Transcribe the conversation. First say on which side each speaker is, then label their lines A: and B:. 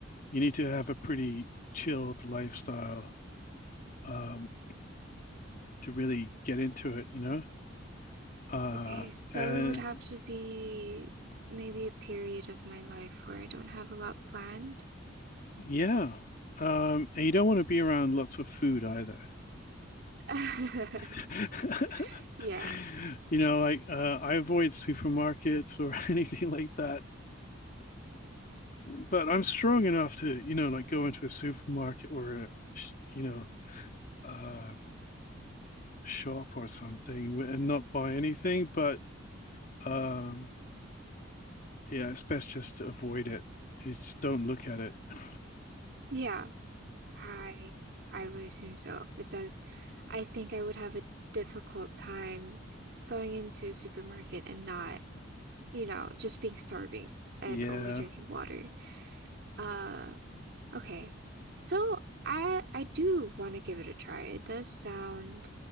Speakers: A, on the left; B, on the right.
A: you need to have a pretty chilled lifestyle um, to really get into it. You know, uh,
B: Okay, so
A: and
B: it would have to be maybe a period of my life where I don't have a lot planned.
A: yeah. Um, and you don't want to be around lots of food either.
B: <laughs>
A: <laughs>
B: Yeah.
A: you know, like uh, I avoid supermarkets or <laughs> anything like that. But I'm strong enough to, you know, like go into a supermarket or a, you know, uh, shop or something and not buy anything. But um, yeah, it's best just to avoid it. You just don't look at it. <laughs>
B: Yeah. I I would assume so. It does. I think I would have a difficult time going into a supermarket and not, you know, just being starving and
A: Yeah.
B: only drinking water. Uh, okay. So I I do want to give it a try. It does sound